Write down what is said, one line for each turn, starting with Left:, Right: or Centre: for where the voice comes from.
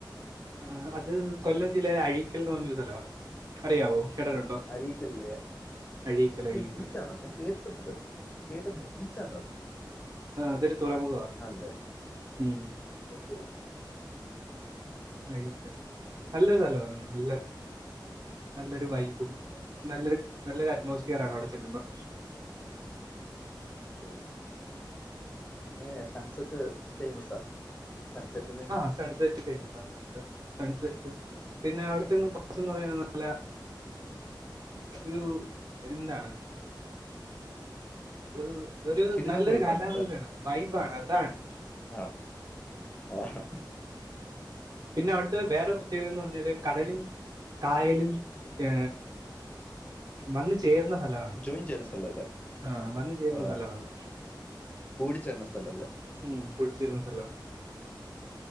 Right: ആഹ് അത് കൊല്ലം ജില്ലയിലെ അഴീക്കൽ എന്ന് പറഞ്ഞൊരു സ്ഥലവാ അറിയാവോ കേട്ടിട്ടുണ്ടോ
Left: അഴീക്കലില്ലേ
Right: അഴീക്കൽ
Left: അത്
Right: അഴീക്കൽ
Left: ബീച്ചാണോ ഞാൻ കേട്ടിട്ടുണ്ട് കേട്ടണ്ട് ബീച്ചാണോ
Right: ആഹ് അതൊരു തുറമുഖവാ
Left: ആണല്ലേ
Right: ഉം
Left: ഓഹോ
Right: അഴീക്കൽ നല്ലൊരു സ്ഥലവാ നല്ല നല്ലൊരു വൈബ് ബും
Left: ആണല്ലേ
Right: നല്ലൊരു നല്ലൊരു അറ്റ്മോസ്ഫിയർ ആണ് അവിടെ ചെല്ലുമ്പോ
Left: ഓ എങ്ങനെയ സൺസെറ്റ് ഫേമസാ സൺസെറ്റിൽ
Right: ആഹ് സൺസെറ്റ് ഫേമസ് ആണ് അവിടുത്തെ സൺസെറ്റും പിന്നെ അവിടുത്തെന്ന് <unintelligible> പല ഒരു എന്താണ് ഒരു ഒരു
Left: കിടിലം
Right: നല്ലൊരു
Left: വൈബാണ്
Right: കാലാവസ്ഥയാണ് വൈബാണ് അതാണ്
Left: ആഹ് ആഹ്
Right: പിന്നെ അവിടുത്തെ വേറെ പ്രത്യേകത എന്ന് പറഞ്ഞാല് കടലും കായലും ഏ വന്നു ചേർന്ന സ്ഥലമാണ്
Left: ജോയിൻ ചെയ്യുന്ന സ്ഥലമല്ലേ
Right: ആഹ് വന്നു ചേരുന്ന
Left: ആ
Right: സ്ഥലമാണ്
Left: കൂടിച്ചേരുന്ന സ്ഥലം അല്ലേ
Right: ഉം കുടിച്ചേരുന്ന സ്ഥലമാണ്